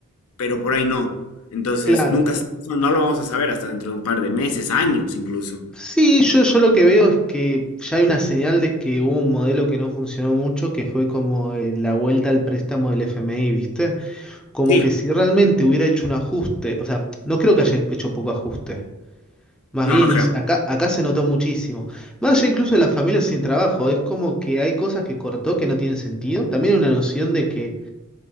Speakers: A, on the left; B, in the centre.
A: pero por ahí no. Entonces,
B: claro.
A: nunca, s- no no lo vamos a saber hasta dentro de un par de meses, años incluso.
B: Sí, yo, yo lo que veo es que ya hay una señal de que hubo un modelo que no funcionó mucho, que fue como eh, la vuelta al préstamo del FMI, ¿viste? Como
A: Sí,
B: que si realmente hubiera hecho un ajuste, o sea, no creo que haya hecho poco ajuste. Más
A: no,
B: bien,
A: no creo.
B: hizo- acá, acá se notó muchísimo. Más allá incluso de las familias sin trabajo, es como que hay cosas que cortó que no tienen sentido. También hay una noción de que